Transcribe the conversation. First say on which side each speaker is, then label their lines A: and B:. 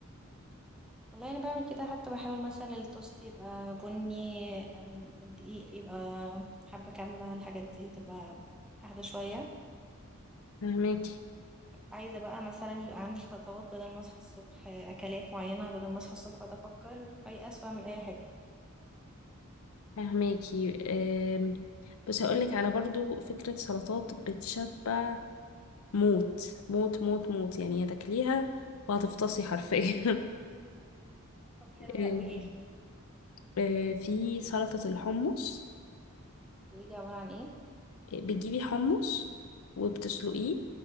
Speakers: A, in the centre; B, on the left (about 75°).
A: والله انا بعمل كده حتى بحاول مثلا التوست يبقى بني أم، الدقيق يبقى حبة كاملة الحاجات دي تبقى اهدى شوية
B: فهماكي
A: عايزة بقى مثلا يبقى عندي خطوات بدل ما اصحى الصبح آه، اكلات معينة بدل ما اصحى الصبح اقعد افكر فايقة واعمل اي حاجة
B: فهماكي أم، بس هقول لك على برضو فكرة سلطات بتشبع موت موت موت موت يعني هتاكليها وهتفطسي حرفيا <laughs>
A: طب حلو
B: أم،
A: لا قوليلي
B: أه، في سلطة الحمص
A: قوليلي عبارة عن ايه
B: آه، بتجيبي حمص وبتسلقيه